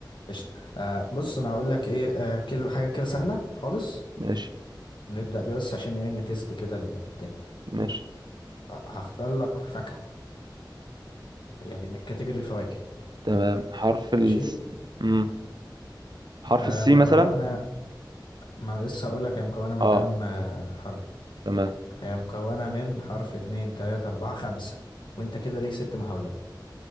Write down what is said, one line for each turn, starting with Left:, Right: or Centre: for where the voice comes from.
Left: قشطة آه بص انا هقول لك ايه آه كل حاجه كده سهله خالص
Right: ماشي
Left: نبدا بيها بس عشان ايه نتست كده ال- الدنيا
Right: ماشي
Left: آه، هختار لك فاكهه يعني من كاتيجوري الفواكه
Right: تمام حرف ال
Left: ماشي
Right: مم. حرف
Left: آه
Right: السي
Left: مكونه
Right: مثلا
Left: ما انا لسه هقول لك هي مكونه من
Right: اه
Left: كام آه حرف
Right: تمام
Left: هي مكونه من حرف اتنين تلاته اربعه خمسه وانت كده ليك ست محاولات